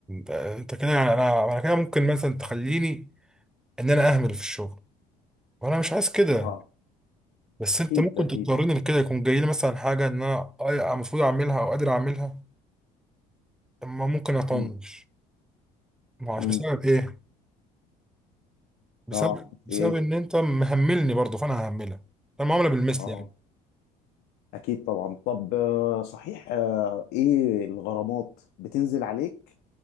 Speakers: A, in the centre; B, on the left.
A: آه، انت كده يعني انا انا كده ممكن مثلا تخليني ان انا اهمل في الشغل وانا مش عايز كده
B: اه
A: بس
B: اكيد
A: انت ممكن
B: اكيد
A: تضطرني لكده يكون جاي لي مثلا حاجه ان انا أي- المفروض اعملها او قادر اعملها اما ممكن اطنش
B: امم
A: ما عارف
B: امم
A: بسبب ايه بسبب
B: اه
A: بسبب
B: ايه
A: ان انت مهملني برضه فانا ههملك انا معامله بالمثل
B: اه
A: يعني
B: أكيد طبعا طب آه، صحيح آه، إيه الغرامات بتنزل عليك